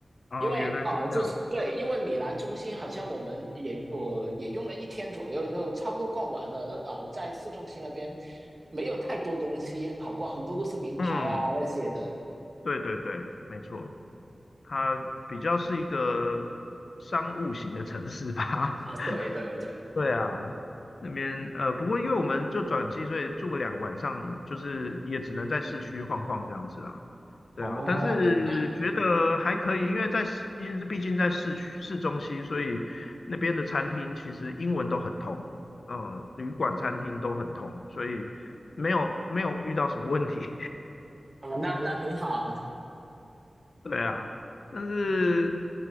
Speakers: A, on the left; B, on the right.
A: 哦，
B: 因为啊就是对，
A: 原来是这样。
B: 因为米兰中心好像我们也我也用了一天左右就差不多逛完了，那呃在市中心那边没有太多东西好逛，很多都是名牌啊那些的。
A: 嗯，对对对，没错，它比较是一个商务型的城市吧。
B: 啊，
A: <laughs>
B: 对对对，
A: 对啊，那边呃，不过因为我们就转机，所以住个两个晚上，就是也只能在市区晃晃这样子啦。对啊，
B: 哦，
A: 但是觉得还可以，
B: 明白，
A: 因为在市，因为毕竟在市区市中心，所以那边的餐厅其实英文都很通，嗯，旅馆、餐厅都很通，所以没有没有遇到什么问题。
B: 啊，那那很好，
A: 对啊，但是